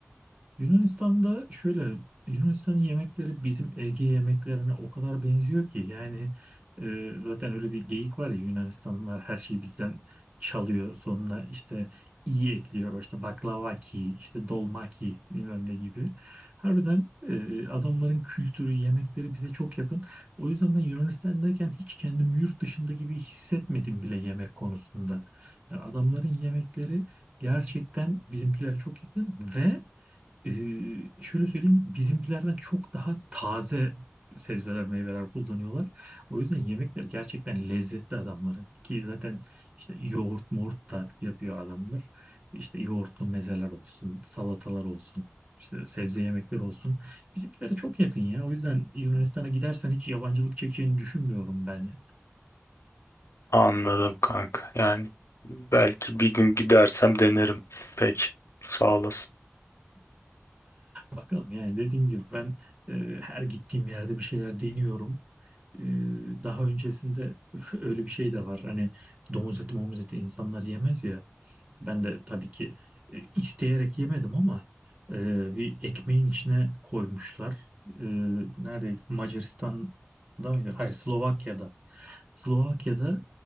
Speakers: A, on the right; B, on the left.
A: Yunanistan'da şöyle Yunanistan'ın yemekleri bizim Ege yemeklerine o kadar benziyor ki yani e, zaten öyle bir geyik var ya Yunanistanlılar her şeyi bizden çalıyor sonuna işte iyi ekliyor işte baklavaki işte dolmaki bilmem ne gibi. Harbiden e, adamların kültürü yemekleri bize çok yakın. O yüzden ben Yunanistan'dayken hiç kendimi yurt dışında gibi hissetmedim bile yemek konusunda. Yani adamların yemekleri gerçekten bizimkilere çok yakın ve ee, şöyle söyleyeyim, bizimkilerden çok daha taze sebzeler, meyveler kullanıyorlar. O yüzden yemekleri gerçekten lezzetli adamların. Ki zaten işte yoğurt moğurt da yapıyor adamlar. İşte yoğurtlu mezeler olsun, salatalar olsun, işte sebze yemekleri olsun. Bizimkilere çok yakın ya. O yüzden Yunanistan'a gidersen hiç yabancılık çekeceğini düşünmüyorum ben.
B: Anladım kanka. Yani belki bir gün gidersem denerim. Peki. Sağ olasın.
A: Bakalım yani dediğim gibi ben e, her gittiğim yerde bir şeyler deniyorum. Ee, daha öncesinde <laughs> öyle bir şey de var. Hani domuz eti, momuz eti insanlar yemez ya. Ben de tabii ki e, isteyerek yemedim ama e, bir ekmeğin içine koymuşlar. E, neredeydi? Macaristan'da mıydı? Hayır, Slovakya'da. Slovakya'da